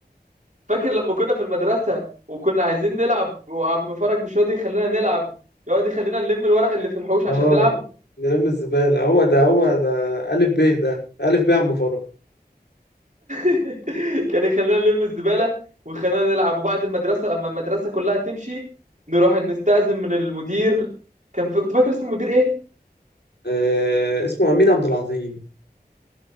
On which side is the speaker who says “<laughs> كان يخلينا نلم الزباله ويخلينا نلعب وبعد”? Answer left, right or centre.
Right